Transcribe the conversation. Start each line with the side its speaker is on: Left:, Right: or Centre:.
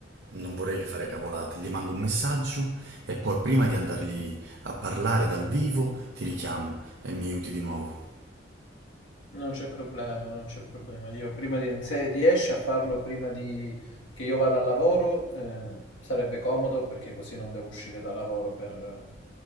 Right: Non vorrei fare cavolate, gli mando un messaggio e poi prima di andargli a parlare dal vivo ti richiamo e mi aiuti di nuovo.
Left: Non c'è problema, non c'è problema. Io prima di, se riesci a farlo prima di, che io vada al lavoro, eh, sarebbe comodo perché così non devo uscire da lavoro per,